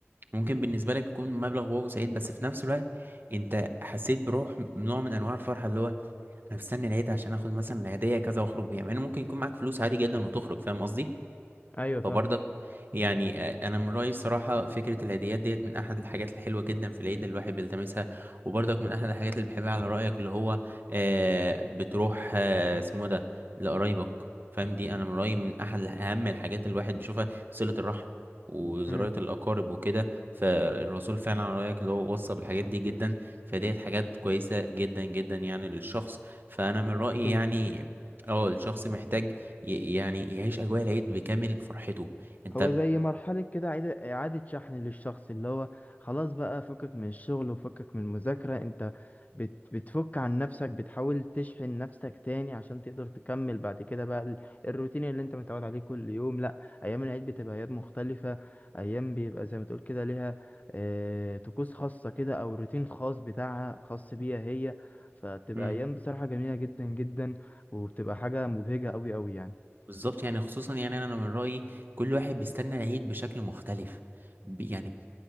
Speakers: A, on the right; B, on the left.
A: ممكن بالنسبة لك يكون مبلغ واو سعيد بس في نفس الوقت انت حسيت بروح نوع من انواع الفرحة اللي هو انا مستني العيد عشان اخد مثلا الهديه كذا واخرج بيها مع ان ممكن يكون معاك فلوس عادي جدا وتخرج فاهم قصدي
B: ايوه فاهم
A: فبرضك يعني آه، انا من رايي الصراحه فكره الهديات ديت من احد الحاجات الحلوه جدا في العيد اللي الواحد بيلتمسها وبرضك من احد الحاجات اللي بحبها على رايك اللي هو آه بتروح آه اسمه إيه ده لقرايبك فاهم دي انا من رايي من احد الح- اهم الحاجات اللي الواحد بيشوفها صله الرحم وزراعة
B: امم
A: الأقارب وكده فالرسول فعلا على رأيك اللي هو وصى بالحاجات
B: أيوة،
A: دي جدا
B: بس-
A: فديت حاجات كويسة جدا جدا يعني للشخص فأنا من رأيي
B: أكيد
A: يعني اه الشخص محتاج ي- يعني يعيش أجواء العيد بكامل فرحته أنت
B: هو زي مرحلة كده إعادة إعادة شحن للشخص اللي هو خلاص بقى فكك من الشغل وفكك من المذاكرة أنت بت بتفك عن نفسك بتحاول تشحن نفسك تاني عشان تقدر تكمل بعد كده بقى ال- الروتين اللي أنت متعود عليه كل يوم لأ أيام العيد بتبقى أيام مختلفة أيام بيبقى زي ما تقول كده ليها آه، طقوس خاصة كده أو روتين خاص بتاعها خاص بيها هي فبتبقى
A: مم.
B: أيام بصراحة جميلة جدا جدا وبتبقى حاجة مبهجة أوي أوي يعني.
A: بالظبط يعني خصوصا يعني أنا أنا من رأيي كل واحد بيستنى العيد بشكل مختلف ب- يعني